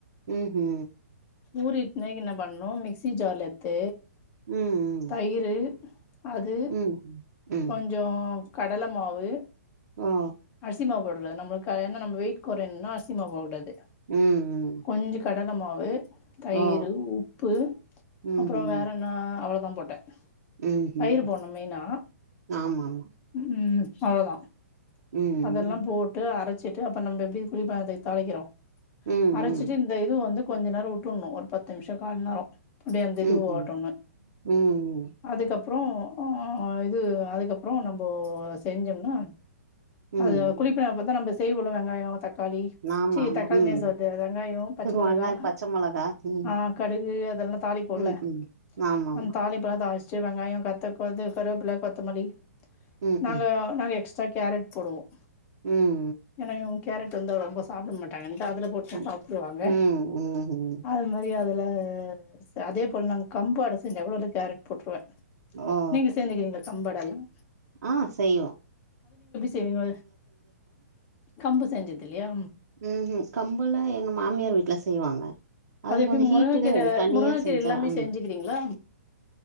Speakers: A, on the right (about 70°); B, on the left (about 20°).
A: ம்ஹூ
B: ஊரிட்டுனாக்க என்ன பண்ணனும் மிக்சி ஜார்ல எத்து
A: ம் ம்
B: தயிறு அது
A: ம் ம் ம்
B: கொஞ்சோ கடல மாவு
A: ஓ
B: அரிசிமாவு போட கூடாது நம்மளுக்கு அது என்ன நம்ப வெயிட் கொறையணுன்னா அரிசி மாவு போட கூடாது
A: ம் ம்
B: கொஞ்சம் கடல மாவு, தயிரு,
A: ஓ
B: உப்பு
A: ம்ஹ்ம்
B: அப்புறம் வேற என்னா அவ்வளோதான் போட்டேன்
A: ம்ஹ்ம்
B: தயிர் போனும் மெயினா
A: ஆமாமா
B: ம் அவ்வளோதான்
A: ம்
B: அதெல்லாம் போட்டு அரச்சிட்டு அப்றோ நம்ம எப்டி குளிப்பதை தளைக்கிறோம்
A: ம்
B: அரச்சிட்டு
A: ம்
B: இந்த இது வந்து கொஞ்ச நேரம் வுட்ரணும் ஒரு பத்து நிமிஷம் கால் மண் நேரொ அப்டி அந்த இது
A: ம்
B: ப
A: ம்
B: ஓடுங்க
A: ம்
B: அதுக்கப்புறம் ஒ இது அதுக்கப்புறம் நம்போ செஞ்சோம்னா
A: ம்
B: அது குளிப்பென பாத்தா நம்ம செய்வோலா வெங்காயோ தக் காளி
A: ஆமாமா
B: சீ தக்காளி
A: ம்
B: நேஸ் வது வெங்காயொ பச்ச மிளகா
A: வெங்காயம் பச்ச மொளகா ம்
B: ஆ கடுகு அதெல்லாம் தாலிப்போம்ல
A: ம் ம் ஆமாமா
B: அந்த தாலிப் பு எல்லாம் தாலிச்சுட்டு வெங்காயொ கத்த கது கருவேப்புல கொத்தமல்லி
A: ம்
B: நாங்க
A: ம்
B: நாங்க எக்ஸ் ட்ரா கேரட் போடுவோம்
A: ம்
B: ஏனா அவுங் கேரட் வந்தா ரொம்ப சாப்ட மாட்டாங்கன்னட்டு அதுல போட்டு
A: ம்
B: சாப்டுருவாங்க
A: ம் ம்ஹ்ம்
B: அது மாரி அதுல அதே போல் நாங்க கம்பு அட செஞ்சா கூட அதுல் கேரட் போட்டுருவேன்
A: ஓ
B: நீங்க செஞ்சுக்கிறீங்ளா கம்பு அடையும்
A: ஆ செய்வோம்
B: செய்வீங்கள் கம்பு செஞ்சது இல்லையா
A: ம் ம் கம்பலா எங்க மாமியார் வீட்ல செய்வாங்க அது
B: எப்டி
A: கொஞ்சம் ஹீட்டூ
B: முருங்கக்கீர
A: தனியா
B: முருங்கக்கீர
A: செஞ்சா
B: எல்லாமே
A: ம்
B: செஞ்சுக்கிறீங்களா